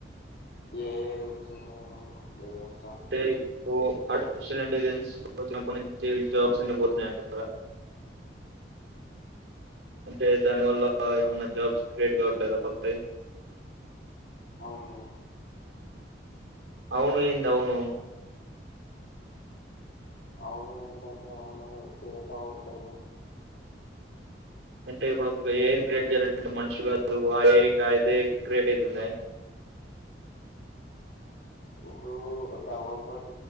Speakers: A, on the left; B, on the right.
A: ఏ ఐ వచ్చిందో అని లే ఆఫ్స్
B: టే ఇప్పుడు పడ్ షల్ ఇంటెలిజెన్స్ వచ్చినప్పటి నుంచి జాబ్స్ అన్ని పోతున్నాయంట కదా అంటే దాని వల్ల ఆ ఏమన్నా జాబ్స్ క్రియేట్ కావట్లేదా కొత్తయి
A: అవును
B: అవును ఏందీ అవును
A: అవును ఎందంటే అవును తియటవత్తది
B: అంటే ఇప్పుడు ఏం క్రియేట్ చేయ్యాలంటే మనిషి కా ఇదే క్రియేట్ అయితుంది
A: ఇప్పు భగవపన్